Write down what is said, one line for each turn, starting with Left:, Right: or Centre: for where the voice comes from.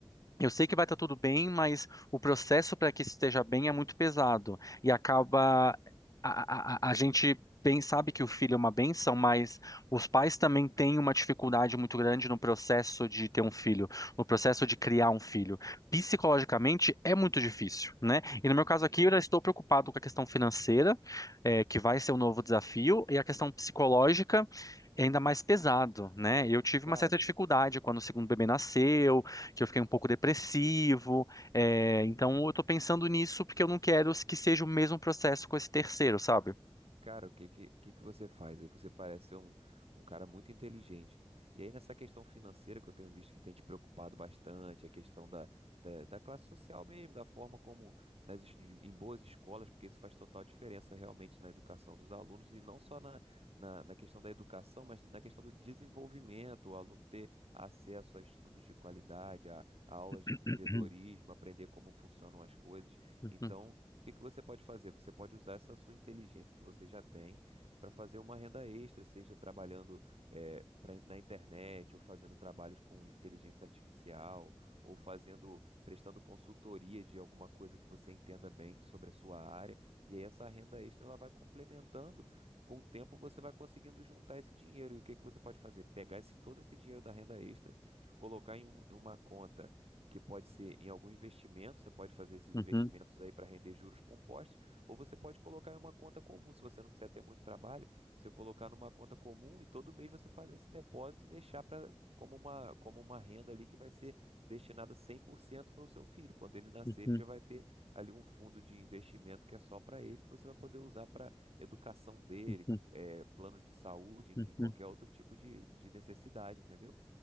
Left: eu sei que vai estar tudo bem, mas o processo para que isso esteja bem é muito pesado. E acaba. A, a, a a gente bem sabe que o filho é uma bênção, mas os pais também têm uma dificuldade muito grande no processo de ter um filho, no processo de criar um filho. Psicologicamente é muito difícil, né? E no meu caso
Right: sim.
Left: aqui, eu já estou preocupado com a questão financeira, eh, que vai ser um novo desafio, e a questão psicológica. É ainda mais pesado, né? Eu tive
Right: Cara,
Left: uma certa dificuldade quando o segundo bebê nasceu, que eu fiquei um pouco depressivo. é,
Right: sim.
Left: então eu tô pensando nisso porque eu não quero que seja o mesmo processo com esse terceiro, sabe?
Right: Cara, o que que, o que que você faz? Aí você parece ser um, um cara muito inteligente. E aí nessa questão financeira que eu tenho visto que tem te preocupado bastante, a questão da, da, da classe social mesmo, da forma como nas, es- em boas escolas, porque isso faz total diferença realmente na educação dos alunos e não só na, na, na questão da educação, mas na questão do desenvolvimento, o aluno ter acesso a estudos de qualidade, a, a aulas de empreendedorismo,
Left: <clears throat>
Right: aprender como funcionam as coisas.
Left: Uhum,
Right: Então, o que que você pode fazer? Você pode usar essa sua inteligência que você já tem para fazer uma renda extra, seja trabalhando eh, pra- na internet, ou fazendo trabalhos com inteligência artificial, ou fazendo, prestando consultoria de alguma coisa que você entenda bem sobre a sua área. E aí essa renda extra ela vai complementando. e Com o tempo você vai conseguindo juntar esse dinheiro. E o que que você pode fazer? Pegar esse, todo esse dinheiro da renda extra, colocar em um- em uma conta que pode ser em algum investimento, você pode fazer esses
Left: uhum,
Right: investimentos aí para render juros compostos, ou você pode colocar em uma conta comum, se você não quiser ter muito trabalho, você colocar numa conta comum e todo mês você fazer esse depósito e deixar para como uma, como uma renda ali que vai ser destinada 100% para o seu filho. Quando ele nascer,
Left: uhum,
Right: ele
Left: uhum,
Right: já vai ter ali um fundo de investimento que é só para ele, que você vai poder usar para educação dele,
Left: uhum,
Right: eh, plano de saúde, enfim,
Left: uhum.
Right: qualquer outro tipo de, de necessidade, entendeu?